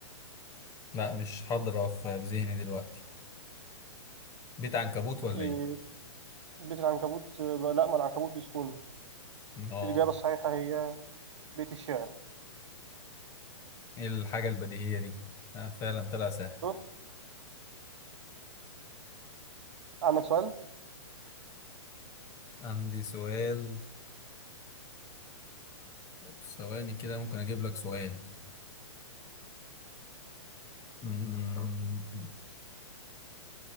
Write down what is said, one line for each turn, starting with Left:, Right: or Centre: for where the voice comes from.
Left: لا مش حاضرة في في ذهني دلوقتي بيت عنكبوت ولا
Right: إيه
Left: إيه؟
Right: بيت العنكبوت آه، بقى- لا ما العنكبوت بيسكن
Left: مم. آه
Right: الإجابة الصحيحة هي بيت الشعر
Left: إيه الحاجة البديهية دي؟ آه، فعلا طلع سهل
Right: شوف عندك سؤال
Left: عندي سؤال طب ثواني كده ممكن أجيب لك سؤال مم.